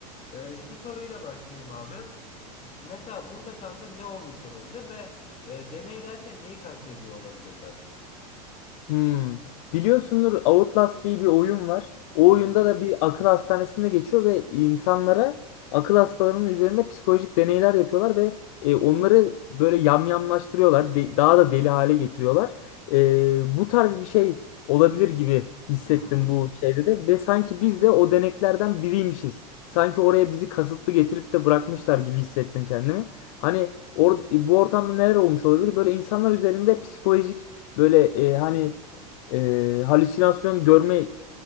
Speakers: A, on the left (about 35°); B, on the left (about 60°).
A: E, şu soruyla başlayayım abi. Mesela burada kanka ne olmuş olabilir ve e, deney derken neyi kastediyor olabilirler?
B: Hmm. Biliyorsundur Outlast diye bir oyun var. O
A: Hı hı.
B: oyunda da bir akıl hastanesinde geçiyor ve insanlara akıl hastalarının üzerinde psikolojik deneyler yapıyorlar ve e, onları böyle yamyamlaştırıyorlar. de- daha da deli hale getiriyorlar. E, bu tarz bir şey olabilir gibi hissettim
A: Hmm.
B: bu şeyde de ve sanki biz de o deneklerden biriymişiz. Sanki oraya bizi kasıtlı getirip de bırakmışlar gibi hissettim kendimi. Hani or bu ortamda neler olmuş olabilir? Böyle insanlar üzerinde psikolojik Böyle e, hani e, halüsinasyon görme e,